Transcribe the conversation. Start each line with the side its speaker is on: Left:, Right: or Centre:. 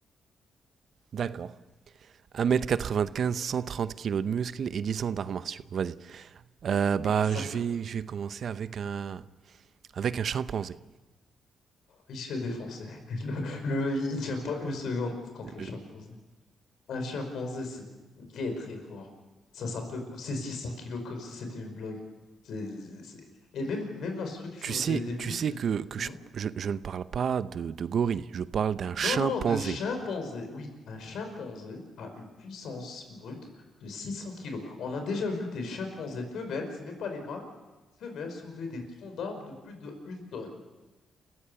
Right: D'accord. Un mètre quatre-vingt-quinze, cent trente kilos de muscles et 10 ans d'arts martiaux. Vas-y. Euh, bah,
Left: Exactement.
Right: je vais, je vais commencer avec un, avec un chimpanzé.
Left: Il se fait défoncer. <laughs> Le, le il tient pas une seconde contre
Right: Euh,
Left: le chimpanzé. Un chimpanzé, c'est très très fort. Ça, ça peut pousser 600 kilos comme si c'était une blague. C'est- c'est- c'est- Et même, même la structure
Right: Tu sais,
Left: des, des muscles.
Right: tu sais que, que
Left: dis
Right: je, je, je ne parle pas de, de gorille, je parle d'un chimpanzé.
Left: Non, non, non, de chimpanzé. Oui, un chimpanzé a une puissance brute de 600 kilos. On a déjà vu des chimpanzés femelles, c'est même pas les mâles, femelles soulever des troncs d'arbres de plus de une tonne.